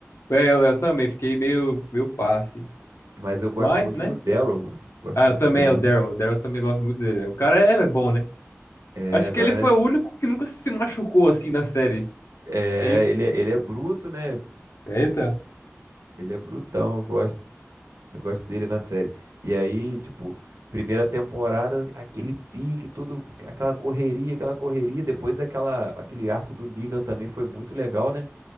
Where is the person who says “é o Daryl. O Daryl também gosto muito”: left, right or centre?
Left